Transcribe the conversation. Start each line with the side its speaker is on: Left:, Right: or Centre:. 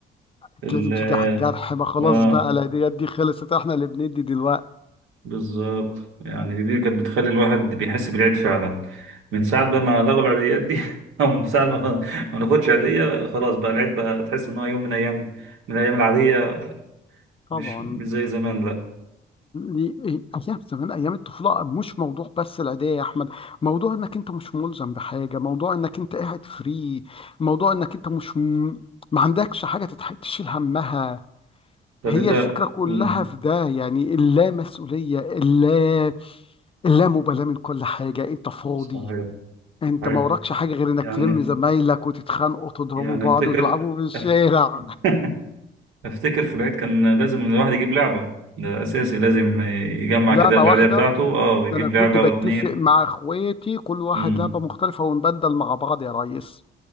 Left: كانت
Right: ال...
Left: لازم تيجي على الجرح ما خلاص
Right: آه
Left: بقى العيديات دي خلصت احنا اللي بندي دلوقتي
Right: بالظبط يعني دي كانت بتخلي الواحد بيحس بالعيد فعلا من ساعة بقى ما لغوا العيديات دي <laughs> أو من ساعة ما ما ناخدش عيدية خلاص بقى العيد بقى تحس إن هو يوم من أيام من الأيام العادية
Left: طبعا
Right: مش مش زي زمان لأ
Left: دي ايام زمان ايام الطفوله مش موضوع بس العيديه يا احمد موضوع انك انت مش ملزم بحاجه موضوع انك انت قاعد فري موضوع انك انت مش م... ما عندكش حاجه تتح... تشيل همها
Right: طب
Left: هي
Right: أنت
Left: الفكره كلها
Right: مم.
Left: في ده يعني اللا مسؤوليه اللا اللامبالاه من كل حاجه انت فاضي
Right: صحيح
Left: انت
Right: صحيح
Left: ما وراكش حاجه غير انك
Right: يعني
Left: تلم زمايلك وتتخانقوا وتضربوا
Right: يعني
Left: بعض
Right: أفتكر
Left: وتلعبوا في الشارع
Right: أف- <laughs> أفتكر في العيد كان لازم الواحد يجيب لعبة ده أساسي لازم يجمع
Left: لعبه
Right: كده العيدية
Left: واحده
Right: بتاعته أه ويجيب
Left: ده انا كنت
Right: لعبة
Left: بتفق
Right: واتنين
Left: مع اخواتي كل واحد
Right: مم.
Left: لعبه مختلفه ونبدل مع بعض يا ريس